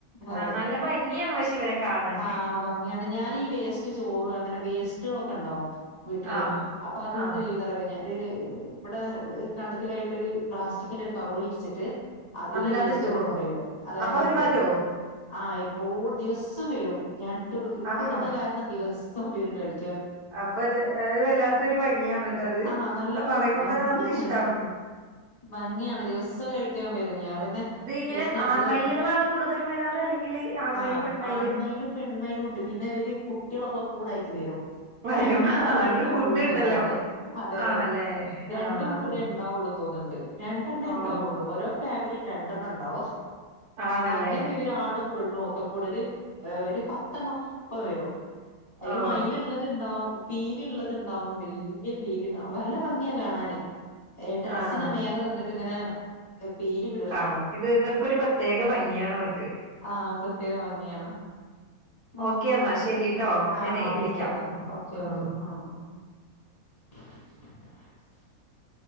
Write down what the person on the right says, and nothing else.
ആ നല്ല ഭംഗിയാണ് പക്ഷെ ഇവരെ കാണാൻ
ആഹ്
ആഹ്
അതിനകത്ത്
ഇട്ട്
കൊടുക്കും
അപ്പൊ അവര്
വരുവോ
ആഹാ
അപ്പൊ അത്ത് വല്ലാത്തൊരു ഭംഗിയാണ് ട്ടോ അത്
അത്
പറയുമ്പോ
തന്നെ നമുക്ക് ഇഷ്ടാവുന്ന്
ഇത് ഇങ്ങനെ
ആൺമയിലുകളാണോ കൂടുതലും വരാറ് അല്ലെങ്കിൽ ആൺമയില്
പെൺമയില്
വരും
ആ ഇവിടെ
ഫുഡ് ഉണ്ടല്ലോ
ആണല്ലേ
ആഹ്
ഓ
ആണല്ലേ
ഓ
ആഹ്
കാണാം ഇത് ഇവർക്കൊരു പ്രത്യേക ഭംഗിയാണ് ഇവർക്ക്
ഓക്കെ എന്നാ ശരിട്ടോ
ഞാനേ
വിളിക്കാം ഉം
ഉം